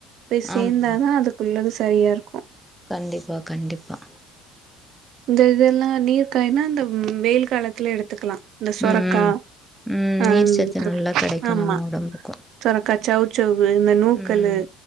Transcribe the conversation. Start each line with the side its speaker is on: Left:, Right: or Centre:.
Right: போய் சேந்தாதா
Centre: ஆமா
Right: அதுக்குள்ளது சரியா இருக்கு
Centre: கண்டிப்பா கண்டிப்பா
Right: இந்த இதெல்லா நீர் காயினா இந்த ம் வெயில் காலத்துல எடுத்துக்கலா இந்த சொரக்கா
Centre: ம் ம்
Right: அந்
Centre: நீர் சத்து
Right: ருக்
Centre: நல்லா கெடைக்கு
Right: ஆமா
Centre: நம்ம ஒடம்புக்கு
Right: சொரக்கா சௌச்சவ்வு இந்த நூக்கல்லு
Centre: ம்